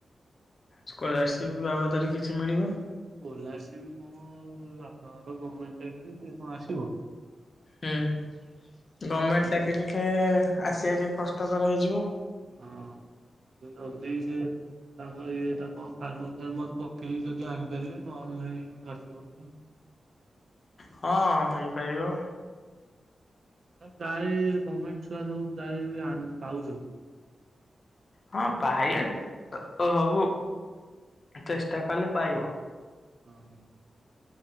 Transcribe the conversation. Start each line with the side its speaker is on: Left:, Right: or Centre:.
Left: ସ୍କଲାରସିପ୍ ବାବଦରେ କିଛି ମିଳିବ।
Right: ସ୍କଲାରସୀପ କଣ ବାପାଙ୍କର ଗମେଣ୍ଟ ଚାକିରୀ ସେ କଣ ଆସିବ।
Left: ହୁଁ ଗମେଣ୍ଟ
Right: ହଁ
Left: ଚାକିରିୀରେ ଆସିବା ଟିକେ କଷ୍ଟକର ହେଇଯିବ।
Right: ହଁ ଯଦି ସେ ତାଙ୍କର ଇଏଟା କଣ ଫାର୍ମର ଫାର୍ମର ପକେଇକି ଯଦି ଆଣିପାରିବେ ନହେଲେ ନାଇଁ ଆସିବନି ଆଉ।
Left: ହଁ ହେଇପାରିବ।
Right: ପ୍ରାୟ ଗମେଣ୍ଟ ଛୁଆ ସବୁ ପ୍ରାୟ ବି ଆନ ପାଉଛନ୍ତି।
Left: ହଁ ପାଇ ଓ ହବୁ ଚେଷ୍ଟା କଲେ ପାଇବ।
Right: ହଁ।